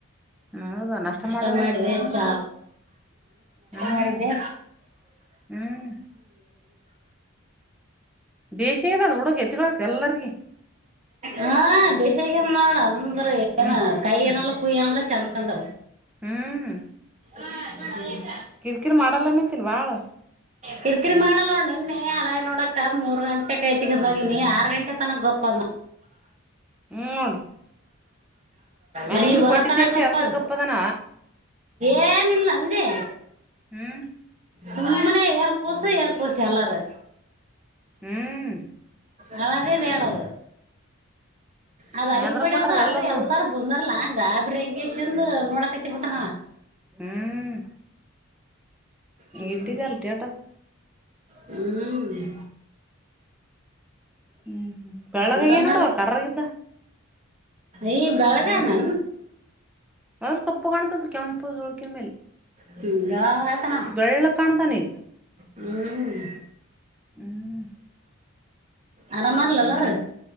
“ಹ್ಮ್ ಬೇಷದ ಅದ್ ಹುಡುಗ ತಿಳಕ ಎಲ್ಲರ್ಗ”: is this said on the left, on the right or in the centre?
Centre